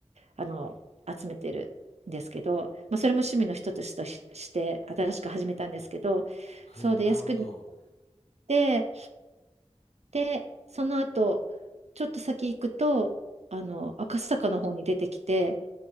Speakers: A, on the right; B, on the left.
A: あの、集めてる。んですけど、まあ、それも趣味の一つとし、して新しく始めたんですけどそうで靖国に行っ
B: はい、なるほど。
A: てで、その後、ちょっと先行くと、あの、赤坂の方に出てきて、